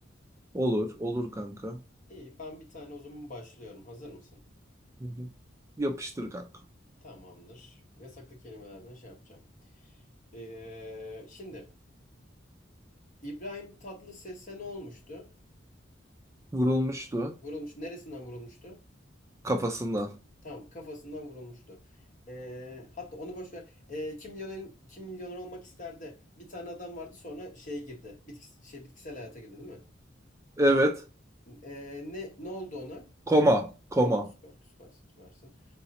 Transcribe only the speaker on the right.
Olur, olur kanka.
Hı hı. Yapıştır kanka.
Vurulmuştu
kafasından.
Evet.
Koma, koma.